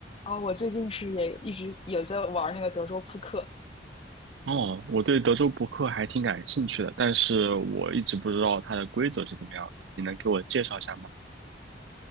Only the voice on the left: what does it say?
然后我最近是也一直也在玩那个德州扑克。